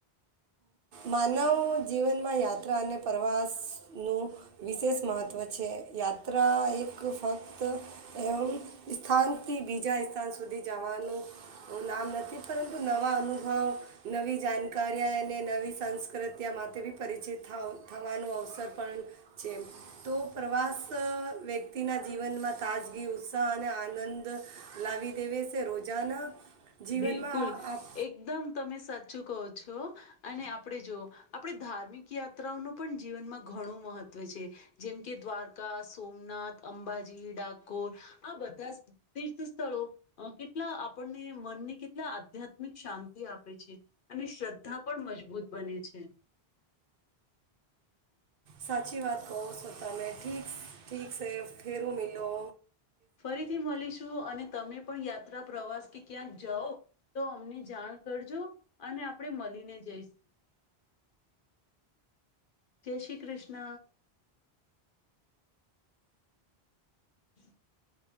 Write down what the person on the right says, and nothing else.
માનવ જીવનમાં યાત્રા અને પ્રવાસનું વિશેષ મહત્ત્વ છે. યાત્રા એક ફક્ત એમ સ્થાનથી બીજા સ્થાન સુધી જવાનું નામ નથી, પરંતુ નવા અનુભવ, નવી જાણકારીયા અને નવી સ સંસ્કૃત માટે બી પરિચિત થ થવાનો અવસર પણ છે. તો પ્રવાસ વ્યક્તિના જીવનમાં તાજગી, ઉત્સાહ અને આનંદ લાવી દેવે સે. રોજાના જીવનમાં
આપ
સાચી વાત કહો સો તમેં. ઠીકસ ઠીક સે ફેરું મેલો.